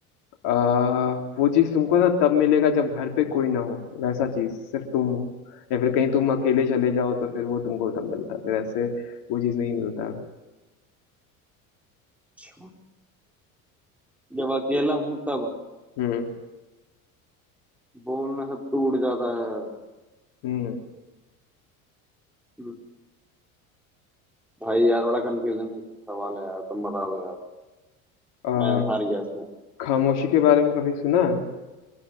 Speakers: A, on the left (about 65°); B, in the centre.
A: आ, वो चीज तुमको ना तब मिलेगा जब घर पे कोई ना हो वैसा चीज सिर्फ तुम हो या फिर कहीं तुम अकेले चले जाओ तो फिर वो तुमको तब मिलता है फिर ऐसे वो चीज नहीं मिलता
B: अच्छा। जब अकेला हूँ तब
A: हम्म
B: बोलना सब टूट जाता है
A: हम्म
B: हम्म, भाई यार बड़ा कंफ्यूजिंग सवाल है यार तुम बता दो यार
A: आ,
B: मैं हार गया इसमें
A: खामोशी के बारे में कभी सुना है